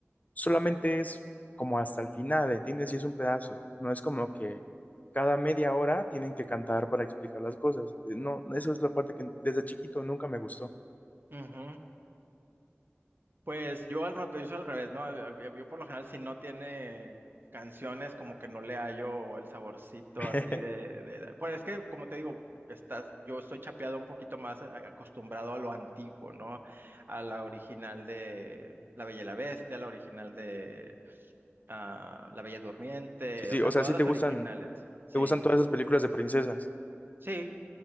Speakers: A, on the left; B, on the right.
A: solamente es como hasta el final, ¿entiendes? Y es un pedazo, no es como que cada media hora tienen que cantar para explicar las cosas. eh, No, eso es la parte que desde chiquito nunca me gustó.
B: Ujú. Pues yo al rato, yo soy al revés, ¿no? Yo, yo- yo por lo general si no tiene canciones como que no le hallo el saborcito
A: <laughs>
B: así de, de, la- pues es que como te digo, estás, yo estoy chapeado un poquito más a- acostumbrado a lo antiguo, ¿no? A la original de La Bella y la Bestia, la original de ah, La Bella Durmiente,
A: Sí, sí,
B: o sea,
A: o sea,
B: todas
A: sí
B: las
A: te gustan,
B: originales, sí.
A: te gustan todas esas películas de princesas.
B: Sí,